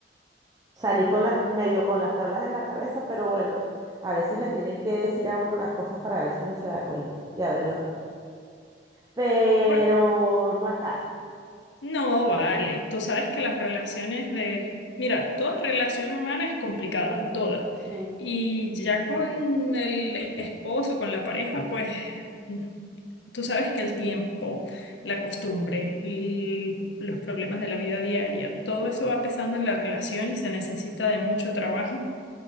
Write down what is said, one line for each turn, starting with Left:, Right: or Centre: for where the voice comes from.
Right: salí con las, medio con las tablas en la cabeza, pero bueno, a veces le tienen que decir a uno las cosas para ver si uno se da cuenta y abre los ojos, pero
Left: Bueno,
Right: no es fácil.
Left: no, vale. Tú sabes que las relaciones de... Mira, toda relación humana es complicada,
Right: Ujú,
Left: toda.
Right: mm.
Left: Y ya con el esposo, con la pareja, pues mm, tú sabes que el tiempo, la costumbre, el- los problemas de la vida diaria, todo eso va pesando en la relación y se necesita de mucho trabajo